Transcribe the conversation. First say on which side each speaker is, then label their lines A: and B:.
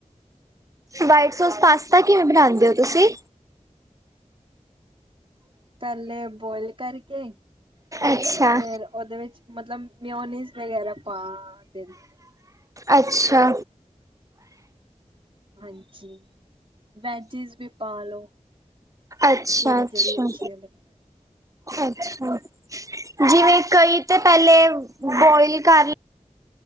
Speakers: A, on the right (about 25°); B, on the right (about 45°).
A: ਵਾਈਟ ਸੋਸ ਪਾਸਤਾ ਕਿਵੇਂ ਬਣਾਉਂਦੇ ਹੋ ਤੁਸੀਂ
B: ਪਹਿਲੇ ਬੋਇਲ ਕਰਕੇ
A: ਅੱਛਾ
B: ਫੇਰ ਉਹਦੇ ਵਿੱਚ ਮਤਲਬ ਮਿਓਨੀਜ਼ ਵਗੈਰਾ ਪਾ ਦੇਿੰਦੇ
A: ਅੱਛਾ
B: ਹਾਂਜੀ ਵੈਜਿਸ ਵੀ ਪਾ ਲੋ
A: ਅੱਛਾ
B: ਜਿਹੜੀ
A: ਅੱਛਾ
B: ਜਿਹੜੀ ਅੱਛੀ ਲੱਗੇ
A: ਅੱਛਾ ਜਿਵੇਂ ਕਈ ਤੇ ਪਹਿਲੇ ਬੋਇਲ ਕਰ ਲ